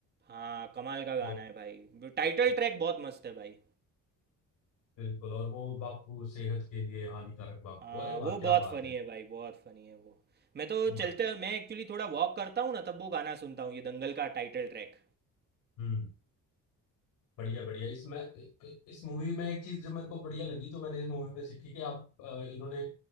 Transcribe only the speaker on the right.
हाँ कमाल का गाना
है भाई टाइटल
ट्रैक बहुत मस्त है भाई
हाँ
वो
बहुत
फनी
है भाई बहुत फनी है वो मैं तो
चलते मैं एक्चुअली थोड़ा वॉक करता हूँ ना तब वो गाना सुनता हूँ ये दंगल का टाइटल ट्रैक